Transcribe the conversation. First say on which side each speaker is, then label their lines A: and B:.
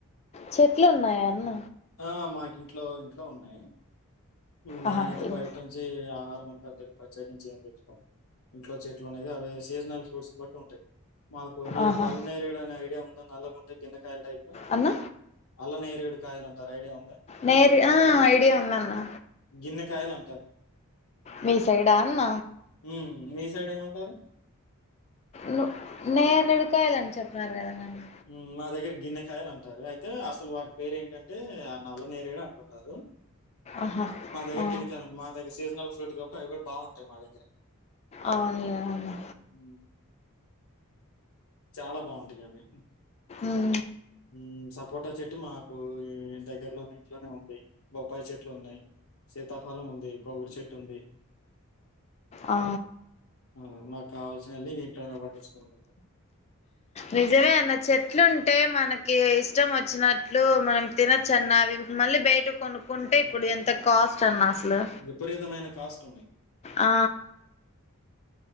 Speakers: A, on the left; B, on the left.
A: చెట్లు ఉన్నాయా అన్న
B: ఆ మాకింట్లో ఇంట్లో ఉన్నాయ్ నేనైతే
A: ఆహా ఇన్
B: బయటుంచి ఆహారం అంతా అద్దగా ప్రత్యేకించి ఏం తెచ్చుకోమ్ ఇంట్లో చెట్లు ఉన్నయ్ గా అవే సీజనల్ ఫ్రూట్స్ బట్టి ఉంటాయ్ మాకు నీకు
A: ఆహా
B: అళ్ళనేరెడు అనే ఐడియా ఉందా నల్లగుంటాయ్ గిన్నకాయల్ టైప్ లో
A: అన్న
B: అల్లనేరేడు కాయలంటారు ఐడియా ఉందా
A: నేరు ఆ ఐడియా ఉందన్నా
B: గిన్నెకాయలంటార్
A: మీ సైడా అన్న
B: ఊమ్ మీ సైడేమంటారు
A: ను నేరేడుకాయలన్ చొప్పినారు గదన్న మీ
B: మ్ మా దగ్గెర గిన్నెకాయలు అంటారు అయితే అసలు వాటి పేరు ఏంటంటే ఆ నల్ల నేరేడు అంటుంటారు
A: ఆహా
B: మా దగ్గెర
A: ఆ
B: గిన్నికాయలన్ మా దగ్గర సీజనల్ ఫ్రూట్ గప్ప అవి గుడా బావుంటాయ్ మా దగ్గెర
A: అవుండ్లే అన్న
B: ఊ చాలా బావుంటగి అవ్వీ
A: ఉఊ
B: ఊ సపోటా చెట్టు మాకు ఈ దగ్గర్లోనే ఇంట్లోనే ఉంది బొప్పాయి చెట్లు ఉన్నాయ్ సీతాఫలం ఉంది కొబ్బరి చెట్టు ఉంది
A: ఆ
B: ఆ మాక్కావాల్సిన అళ్ళి ఇగ ఇంట్లోనే పండించకుంటుం
A: నిజమే అన్న చెట్లు ఉంటే మనకి ఇష్టం వచ్చినట్లు మనం తినొచ్చన్న అవి మళ్ళీ బెయిట కొనుక్కుంటే ఇప్పుడు ఎంత కాస్టన్నా అస్సలు
B: విపరీతమైన కాస్టున్నాయ్ ఉ
A: ఆ